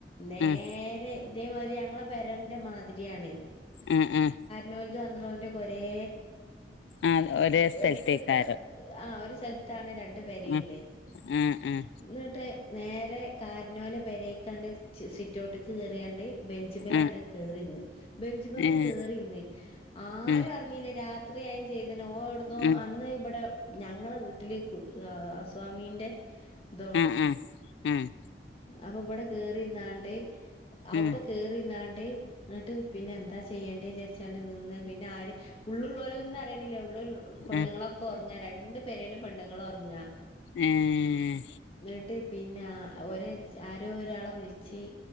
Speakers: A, on the left; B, on the left.
A: നേരെ
B: ഉം
A: ഇതേമാതിരി ഞങ്ങളെ പെരന്റെ മാതിരിയാണ്.
B: ഉം ഉം
A: <unintelligible> ആഡ്രോൻ്റെക്കെ ഒരേ
B: ആഹ് ഒരേ സ്ഥലത്തേക്കാരം
A: എടുടുത്ത ആ ഒരു സ് സ്ഥലത്താണ് രണ്ട് പെരിം
B: ഉം
A: ള്ളത്
B: ഉം ഉം
A: ന്നട്ട് നേരെ കാര്നോലെ പെരേക്കാണ്ട് സിറ്റോട്ട് കേറി യാണ്ട് ബെഞ്ചുമലാണ്
B: ഉം
A: കേറിന്ന്, ബെഞ്ചുമക്ക്
B: ഏഹ്
A: കേറിന്ന്, ആരും
B: ഉം
A: അറിഞ്ഞില്ല രാത് ത്രിയായും ചെയ്ത്ണ് ഓ ഒട്ന്നോ
B: ഉം
A: അന്ന് ബ്ടെ ഞങ്ങളെ വീട്ടില് കൂട് ഹൗസ് വാമി ന്റെ ന്തൊണ്ണ്
B: ഉം ഉം ഉം
A: അപ്പൊ ഇവിടെ കേറിന്നാണ്ട്
B: ഉം
A: ഔടെ
B: ഉം
A: കേറിന്നാണ്ട് ന്നിട്ട് പിന്നെ എന്താ ചെയ്യേണ്ട ണ്ട് നിന്ന് പിന്നെ ആര് ഉള്ള ള്ളോലൊന്നും അറിയണില്ലേ ഉള്ള്ള്ളോ പെണ്ണുങ്ങളൊക്കെ
B: ഉം
A: ഒറങ്ങാ രണ്ടു പേരേലും പെണ്ണുങ്ങൾ ഒറങ്ങാ.
B: ഏഹ്
A: ന്നെട്ട് പിന്നെ ഒര ആരോ ഒരാളെ വിളിച്ച്